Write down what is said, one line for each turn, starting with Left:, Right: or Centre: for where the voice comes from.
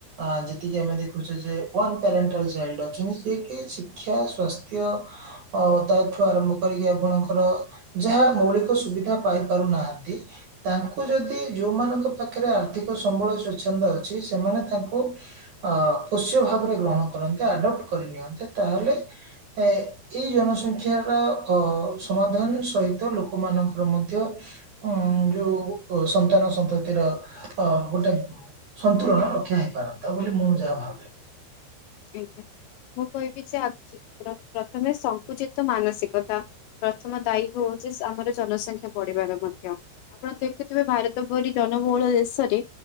Right: ଆ ଯେ ତିକି ଆମେ ଦେଖୁଛେ ଯେ ୱାନ୍ ପ୍ୟାରେଣ୍ଟାଲ୍ ଚାଇଲ୍ଡ ଅଛନ୍ତି ଯେ କି ଶିକ୍ଷା ସ୍ବାସ୍ଥ୍ୟ ଅ ତାଠୁ ଆରମ୍ଭ କରିକି ଆପଣଙ୍କର ଯାହା ମୌଳିକ ସୁବିଧା ପାଇ ପାରୁନାହାନ୍ତି ତାଙ୍କୁ
Left: ହୁଁ
Right: ଯଦି ଯୋଉମାନଙ୍କ ପାଖରେ ଆର୍ଥିକ ସମ୍ବଳ ସ୍ୱଚ୍ଛନ୍ଦରେ ଅଛି ସେମାନେ ତାଙ୍କୁ ଅ ପୋଷ୍ୟ ଭାବରେ ଗ୍ରହଣ କରନ୍ତି ଆଡପ୍ଟ କରି ନିିଅନ୍ତେ ତାହେଲେ ଏ ଏଇ ଜନସଂଖ୍ୟାର ଅ ସମାଧାନ ସହିତ ଲୋକମାନଙ୍କର ମଧ୍ୟ ଉଁ ଯୋଉ ସନ୍ତାନ ସନ୍ତତିର ଆ ଗୋଟେ ସନ୍ତୁଳନ ରକ୍ଷା ହେଇ ପାରନ୍ତା ବୋଲି ମୁଁ ଯାହା ଭାବେ।
Left: ଆଜ୍ଞା ମୁଁ କହିବି ଯେ ଆଜି ପ୍ରଥମେ ସଙ୍କୁଚିତ ମାନସିକତା ପ୍ରଥମ ଦାୟୀ ହଉଛି ଆମର ଜନସଂଖ୍ୟା ବଢିବାରେ ମଧ୍ୟ। ଆପଣ ଦେଖୁଥିବେ ଭାରତ ପରି ଜନବହୁଳ ଦେଶରେ